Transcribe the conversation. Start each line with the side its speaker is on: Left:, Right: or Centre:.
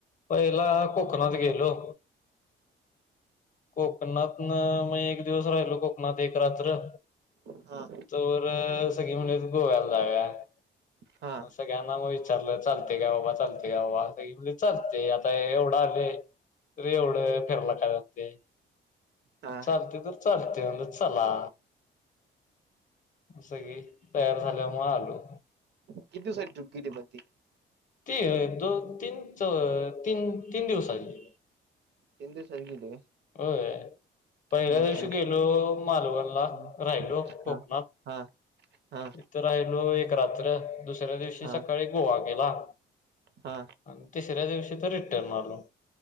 Left: पहिला कोकणात गेलो कोकणातन मग एक दिवस राहिलो कोकणात एक रात्र
Right: हा
Left: तवर सगळी म्हणलीत गोव्याला जाऊया
Right: हा
Left: मग सगळ्यांना मग विचारलं चालतंय का बाबा, चालतंय का बाबा सगळी म्हणलीत चालतंय आता एवढं आलोय तर एवढं फिराला काय जातंय
Right: हा
Left: चालतंय तर चालतंय म्हणलं चला मग सगळी तयार झाल्यामुळं आलो.
Right: किती दिवसाची ट्रिप केली पण ती?
Left: ती दोन तीन च तीन तीन दिवसाची
Right: तीन दिवसाची केली होय
Left: होय पहिल्या
Right: हम्म
Left: दिवशी गेलो मालवणला,
Right: हम्म
Left: राहिलो कोकणात.
Right: हा हा हा
Left: तिथं राहिलो एक रात्र दुसऱ्या दिवशी
Right: हा
Left: सकाळी गोवा केला.
Right: हा.
Left: आणि तिसऱ्या दिवशी तो रिटर्न आलो